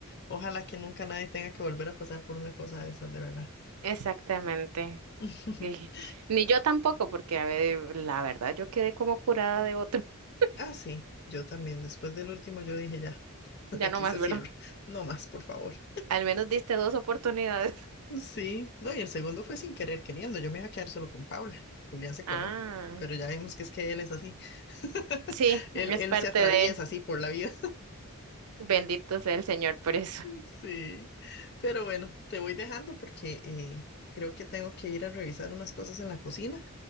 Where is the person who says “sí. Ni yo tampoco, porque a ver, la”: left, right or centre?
Right